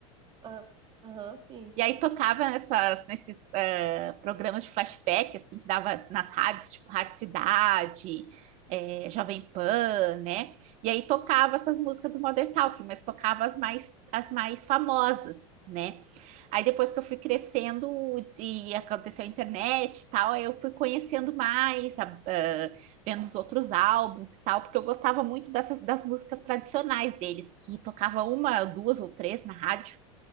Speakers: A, on the right; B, on the right.
A: Ah, Aham, sim,
B: E aí tocava nessas, nesses eh, programas de flashback, assim, que dava nas rádios, tipo Rádio Cidade, eh, Jovem Pan, né? E aí tocava essas músicas do Modern Talking, mas tocava as mais, as mais famosas, né? Aí depois que eu fui crescendo e aconteceu a internet e tal, aí eu fui conhecendo mais, a- eh, vendo os outros álbuns e tal, porque eu gostava muito dessas das músicas tradicionais deles, que tocava uma, duas ou três na rádio.